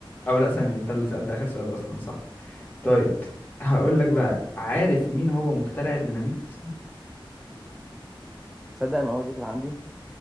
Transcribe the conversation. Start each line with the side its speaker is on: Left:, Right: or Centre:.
Left: او لا ثانية انت اللي سألت آخر سؤال اصلا صح طيب هقول لك بقى عارف مين هو مخترع الديناميت
Centre: تصدق المعلومة دي كانت عندي